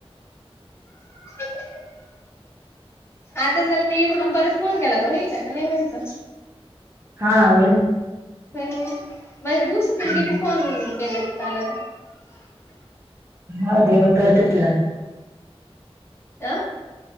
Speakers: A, on the left; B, on the right.
A: <inaudible> आता जर मी म्हणून परत फोन केला तर व्हायचा का नाही व्हायचं
B: हा होईल.
A: हो नाही मला दिवस त
B: हम्म.
A: किती फोन केला त त्याला तर
B: ह म कररततीला
A: अ